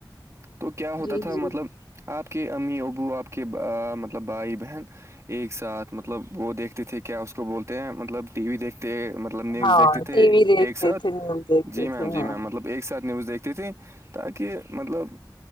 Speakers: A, on the right; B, on the left.
A: تو کیا ہوتا
B: جی
A: تھا
B: جی
A: مطلب آپ کے امی ابو آپ کے مطلب بھائی بہن ایک ساتھ مطلب وہ دیکھتے تھے کیا اس کو بولتے ہیں مطلب ٹی وی دیکھتےب مطلب نیوز
B: ہاں
A: دیکھتے تھے
B: ٹی وی دیکھتے
A: ایک ساتھ
B: تھے نیوز دیکھتے
A: جی میم
B: تھے
A: جی
B: ہاں
A: میم مطلب ایک ساتھ نیوز دیکھتے تھے تاکہ مطلب